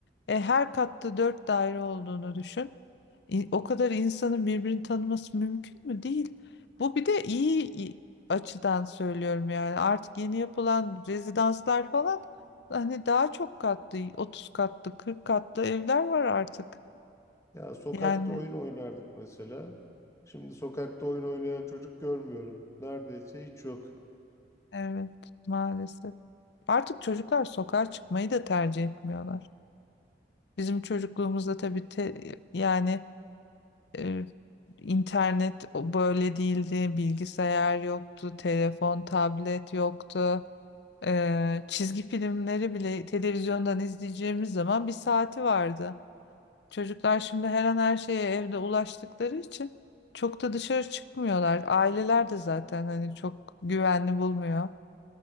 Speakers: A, on the left (about 60°); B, on the left (about 15°).
A: E, her katta 4 daire olduğunu düşün. İ- O kadar insanın birbirini tanıması mümkün mü? Değil. Bu bir de iyi i- açıdan söylüyorum yani. Artık yeni yapılan rezidanslar falan hani daha çok katlı 30 katlı 40 katlı evler var artık.
B: Ya sokakta
A: Yani.
B: oyun oynardık mesela. Şimdi sokakta oyun oynayan çocuk görmüyorum. Neredeyse hiç yok.
A: Evet, maalesef. Artık çocuklar sokağa çıkmayı da tercih etmiyorlar. Bizim çocukluğumuzda tabii te- yani e, internet o böyle değildi, bilgisayar yoktu, telefon, tablet yoktu. E, çizgi filmleri bile televizyondan izleyeceğimiz zaman bir saati vardı. Çocuklar şimdi her an her şeye evde ulaştıkları için çok da dışarı çıkmıyorlar. Aileler de zaten hani çok güvenli bulmuyor.